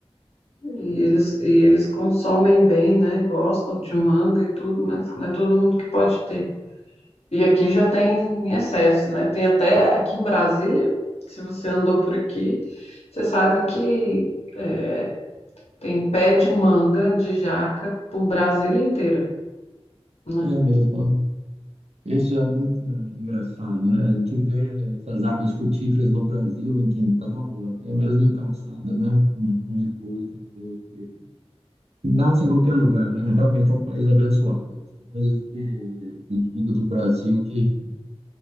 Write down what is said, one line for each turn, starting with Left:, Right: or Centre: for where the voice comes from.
Left: E eles, e eles consomem bem, né? Gostam de manga e tudo, mas não é todo mundo que pode ter. E aqui já tem em excesso, né? Tem até aqui em Brasília, se você andou por aqui, você sabe que é, tem pé de manga de jaca por Brasília inteira, né?
Right: É mesmo. Isso é muito engraçado, né? A gente vê essas árvores frutíferas no Brasil, em quintal, até mesmo em calçada, né? No meio público, a gente vê Nasce em qualquer lugar, né? Realmente é um país abençoado. Coisas que eu digo do Brasil que